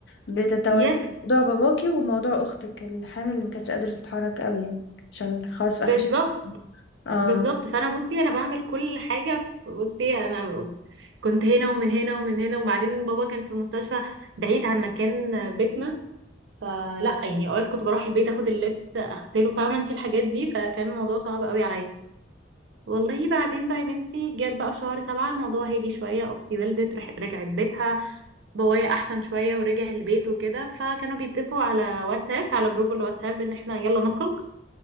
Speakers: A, on the left (about 80°); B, on the right (about 80°).
A: بتتولي
B: يس
A: موضوع باباكي وموضوع اختك الحامل اللي ما كانتش قادرة تتحرك قوي يعني عشان خلاص في اخر
B: بالظبط
A: ش- اه
B: بالظبط فانا بصي انا بعمل كل حاجة بصي انا كنت هنا ومن هنا ومن هنا وبعدين بابا كان في المستشفى بعيد عن مكان بيتنا فلا يعني اوقات كنت بروح البيت اخد اللبس اغسله فاهمة انت الحاجات دي فكان الموضوع صعب قوي عليا والله بعدين بقى يا بنتي جت بقى في شهر سبعة الموضوع هدي شوية أختي والدت رح- رجعت بيتها بابايا أحسن شوية ورجع البيت وكده فكانوا بيتفقوا على واتساب على جروب الواتساب إن احنا يلا نخرج